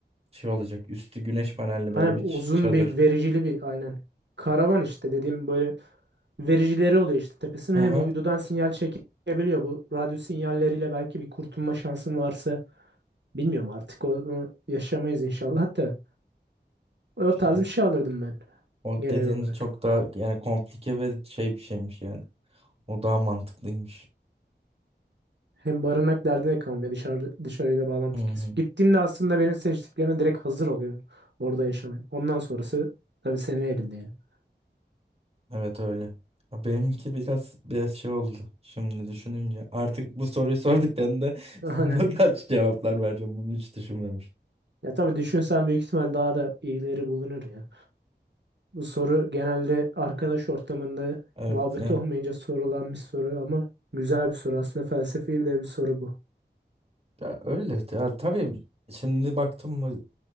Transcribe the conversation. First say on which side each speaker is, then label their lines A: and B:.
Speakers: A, on the right (about 35°); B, on the right (about 75°).
A: şey olacak. Üstü güneş panelli
B: Aynen
A: böyle bir
B: uzun
A: ç- çadır.
B: bir vericili bir aynen. Karavan işte dediğim böyle vericileri oluyor işte tepesine
A: Hı
B: hem
A: hı.
B: uydudan sinyal çekebiliyor. Bu radyo sinyalleriyle belki bir kurtulma şansım varsa bilmiyorum artık onu yaşamayız inşallah da. O
A: İşte.
B: tarz bir şey alırdım ben
A: O
B: genel
A: dediğin
B: olarak.
A: çok daha yani komplike ve şey bir şeymiş yani. O daha mantıklıymış.
B: Hem barınak derdi de kalmıyor. Dışarı, dışarıyla bağlantı
A: Hı hı.
B: kesiyor. Gittiğinde aslında benim seçtiklerine direkt hazır oluyorsun. Orada yaşamaya. Ondan sonrası tabii senin elinde yani. <laughs>
A: Evet öyle. Ha, Benimki biraz biraz şey oldu. Şimdi düşününce artık bu soruyu sorduklarında <laughs>
B: Hani
A: bu tarz cevaplar vereceğim. Bunu hiç düşünmemiştim.
B: ya tabii düşünsen büyük ihtimal daha da iyileri bulunur ya. Bu soru genelde arkadaş ortamında
A: Evet
B: muhabbet
A: yani.
B: <laughs> olmayınca sorulan bir soru ama güzel bir soru. Aslında felsefi de bir soru bu.
A: Ya öyle. Ya, tabii şimdi baktım mı